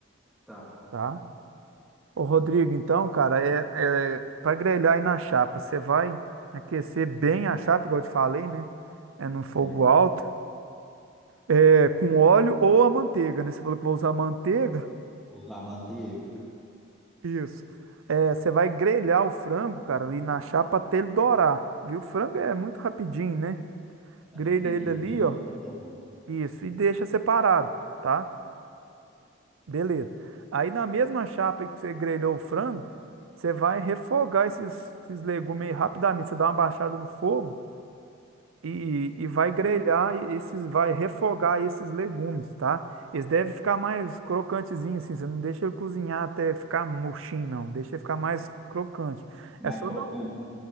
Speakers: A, in the centre; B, on the right (about 80°).
A: Tá.
B: tá? Ô, Rodrigo, então, cara, é, é para grelhar aí na chapa, você vai aquecer bem a chapa, igual eu te falei, né? É num fogo
A: É.
B: alto. É, com óleo ou a manteiga, né? Você falou que vai usar manteiga?
A: usar manteiga.
B: Isso. É, você vai grelhar o frango, cara, ali na chapa até ele dourar, viu? O frango é muito rapidinho, né? Grelha
A: Rapidinho,
B: ele ali,
A: perigoso
B: ó.
A: até queimar.
B: Isso. E deixa separado, tá? Beleza. Aí na mesma chapa aí que você grelhou o frango, você vai refogar esses, esses legumes aí rapidamente. Você dá uma baixada no fogo e, e vai
A: É.
B: grelhar esses, vai refogar esses legumes, tá? Eles devem ficar mais crocantezinhos assim, você não deixa ele cozinhar até ficar murchinho, não, deixa ele ficar mais crocante. É
A: Mais
B: só
A: crocante.
B: dar... um,